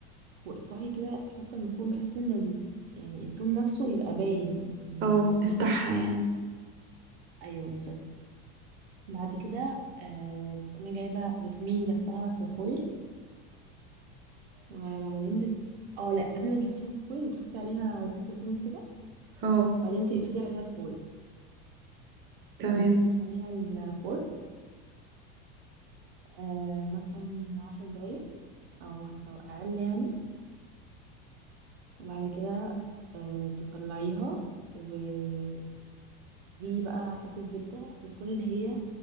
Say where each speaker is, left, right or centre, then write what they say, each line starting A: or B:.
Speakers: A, on the right; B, on the right.
A: واقطعي كده حتة من فوق بحيث ان ال... يعني التوم نفسه يبقى باين من من
B: اه
A: الراس
B: نفتحها
A: فاهمة
B: يعني
A: ايوه بالظبط بعد كده آه بتقومي جايبة بتقومي لفاها في فويل وبعدين بت... اه لا قبل ما تلفيها في فويل بتحطي عليها زيت زيتون كده
B: اه
A: بعدين تقفلي عليها الفويل
B: تمام
A: بعدين تدخليها الفرن آه مثلا عشر دقايق او او اقل يعني وبعد كده آه تطلعيها وتجيبي بقى حتة زبدة بتكون اللي هي